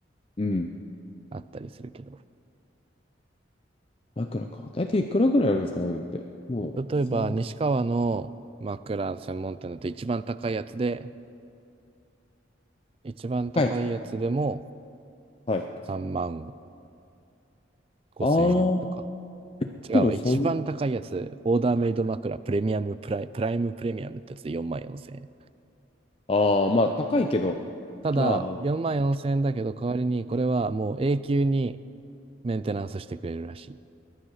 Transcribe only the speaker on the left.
うん
枕か。だいたいいくらぐらいなんですかね、ああいうのって。もう3
回。はい。はい
ああ、
でもそんな、
ああ、まあ高いけど、
まあなんか、